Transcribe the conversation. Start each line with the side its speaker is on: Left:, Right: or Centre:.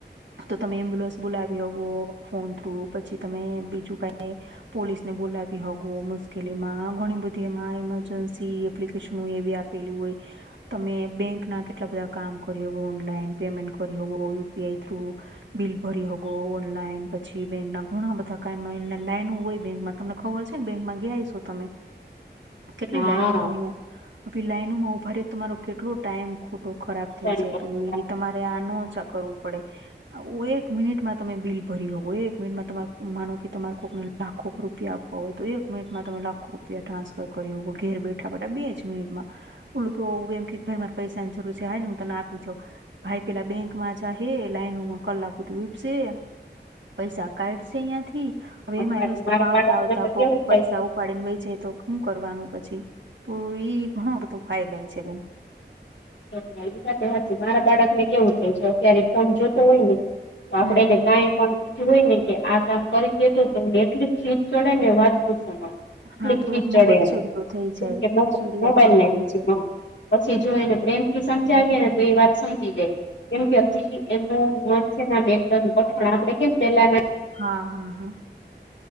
Right: તો તમે એમ્બ્યુલન્સ બોલાવી હકો ફોન થ્રુ પછી તમે બીજું કઈ પોલીસને બોલાવી હગો મુશકેલીમાં ઘણી બધી એમાં ઇમરજન્સી એપ્લિકેશન એ બી આપેલી હોય તમે બેંકના કેટલા બધા કામ કરી હગો ઓનલાઈન, પેમેન્ટ કરી હોવો U P I through bill ભરી હગો ઓનલાઈન પછી બેંક ના ઘણા બધા કાય મને લાઈન હોય બેંકમાં તમને ખબર છે ને બેંકમાં ગ્યા હૈસો તમેઈ? કેટલી
Left: હા
Right: લાઈનો હોય અંઈયા હવે લાઈનોમાં ઉભા રે તમારો કેટલો ટાઈમ ખોટો ખરાબ
Left: હા
Right: થઈ જાય તો ઈ તમારે આનો ઓછા કરવું પડે. ઓ એક મિનિટમાં તમે બિલ ભરી હકો, એક મિનિટમાં તમાર માનો કે તમારે કોકને લાખો રૂપિયા આપવા હોય તો એક મિનિટમાં તમે લાખો રૂપિયા ટ્રાન્સફર કરી હકો ઘેર બેઠા બેઠા બે જ મિનિટમાં ઓલું તો એમ કે ભાઈ મારે પૈસા ની જરૂર છે હા હું તને આપી જાઉ ભાઈ પેલા બેંકમાં જાહે, લાઈનોમાં કલાક સુધી ઉપસે પૈસા કાઢશે અહિયાથી, હવે
Left: અમારે
Right: એમાંય રસ્તામાં
Left: મારા બાળકને
Right: આવતા આવતા
Left: તો
Right: કોક
Left: કેવું થાય
Right: પૈસા ઉ પાડીને વઈ જાય તો હું કરવાનું પછી? તો ઈ ઘણું બધું ફાયદા છે બેન.
Left: એ વાત તો હાચી. મારા બાળક ને કેવું થાય છે અત્યારે ફોમ જોતો હોય ને તો
Right: હમ
Left: આપડે એને કાઈ પણ કીધું હોય ને કે આ કામ કરી દે તો તો ને એટલી ચીડ ચડે ને વાત પૂછ માં. એટલી
Right: હા થોડોક
Left: ખીચ ચડે
Right: મગજ
Left: એ,
Right: ચીડયો થઈ
Left: કેમ
Right: જાય
Left: કે મો
Right: ચીડિયા
Left: મોબાઈલ
Right: પણું
Left: ને
Right: આવી
Left: લીધે, પછી જો એને પ્રેમથી સમજાવીએે ને તો એ વાત સમજી જાય. કેમ કે હજી એમનું મન છેને આમ એકદમ ગઠણ આપડે કેમ પેલા ના
Right: હા હા હા.